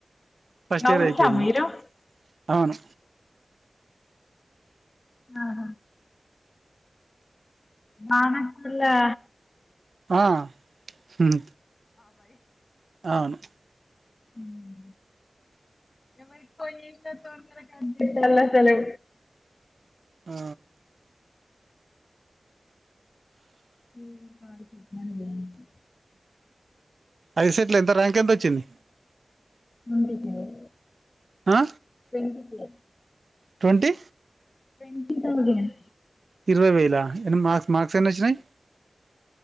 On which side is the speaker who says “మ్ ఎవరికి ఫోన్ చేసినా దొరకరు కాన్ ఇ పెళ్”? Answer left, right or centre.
Left